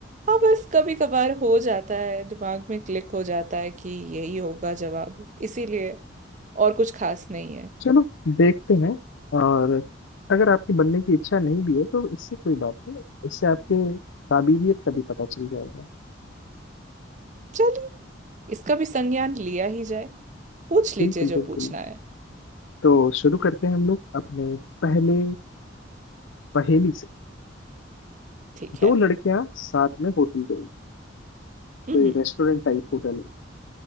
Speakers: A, on the right; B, on the left.
A: हाँ बस कभी कभार हो जाता है दिमाग में क्लिक हो जाता है कि यही होगा जवाब इसीलिए और कुछ खास नहीं है
B: चलो देखते हैं और अगर आपकी बनने की इच्छा नहीं भी है तो इससे कोई बात नहीं इससे आपके काबिलियत का भी पता चल जाएगा
A: चलिए इसका भी संज्ञान लिया ही जाए पूछ लीजिए
B: बिल्कुल
A: जो
B: बिल्कुल
A: पूछना है
B: तो शुरू करते हैं हम लोग अपने पहले पहेली से
A: ठीक
B: दो
A: है
B: लड़कियां साथ में होटल गई
A: हम्म
B: कोई रेस्टोरेंट टाइप होटल है